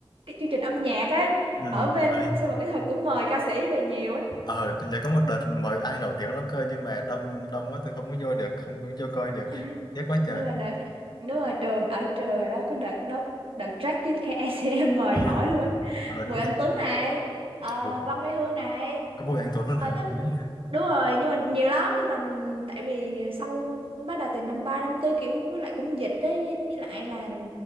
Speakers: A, on the right; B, on the left.
A: cái chương trình âm nhạc ấy
B: Ừ.
A: ở bên
B: Ê,
A: sư phạm kỹ thuật cũng mời ca sĩ về nhiều ấy <laughs>
B: Ờ, nhớ có một đợt mời ai nổi tiếng lắm cơ nhưng mà đông đông quá tôi không có vô được, không có vô coi được.
A: Ờ,
B: Tiếc quá trời.
A: nhưng mà đợt đúng rồi trường ở trường hồi đó có đợt đó đợt track với cái ACM mời
B: Ờ,
A: nổi luôn ấy
B: ờ
A: Bùi
B: đúng.
A: Anh
B: rồi.
A: Tuấn này ờ,
B: Ủa,
A: Văn Mai Hương này
B: có Bùi Anh Tuấn luôn hả?
A: À, tức,
B: Đúng hả?
A: đúng rồi nhưng mà nhiều lắm nhưng mà tại vì sau bắt đầu từ năm ba năm tư kiểu với lại cũng dịch đấy với, với lại là